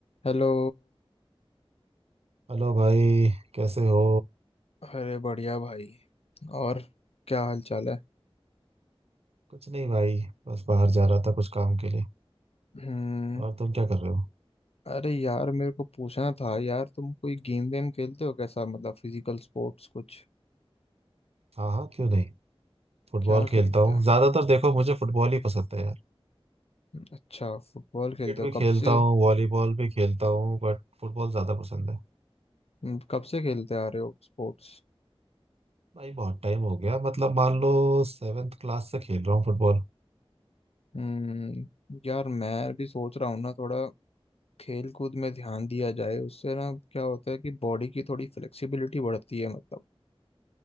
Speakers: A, on the left (about 80°); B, on the right (about 85°).
A: Hello
B: Hello भाई कैसे हो
A: अरे बढ़िया भाई और क्या हाल चाल है
B: कुछ नहीं भाई बस बाहर जा रहा था कुछ काम के लिए
A: हम्म
B: और तुम क्या कर रहे हो
A: अरे यार मेरे को पूछना था यार तुम कोई गेम वेम खेलते हो कैसा मतलब फिजिकल स्पोर्ट्स कुछ
B: हाँ हाँ क्यों नहीं फुटबॉल
A: क्या
B: खेलता
A: खेलते
B: हूँ
A: हो
B: ज्यादातर देखो मुझे फुटबॉल ही पसंद है यार
A: अच्छा फुटबॉल
B: क्रिकेट
A: खेलते हो
B: भी
A: कब
B: खेलता
A: से
B: हूँ वॉलीबॉल भी खेलता हूँ बट फुटबॉल ज्यादा पसंद है
A: हम्म, कब से खेलते आ रहे हो स्पोर्ट्स
B: भाई बहुत टाइम हो गया मतलब मान लो सेवेंथ क्लास से खेल रहा हूँ फुटबॉल
A: हम्म यार मैं भी सोच रहा हूँ ना थोड़ा खेल कूद में ध्यान दिया जाए उससे ना क्या होता है कि बॉडी की थोड़ी फ्लेक्सिबिलिटी बढ़ती है मतलब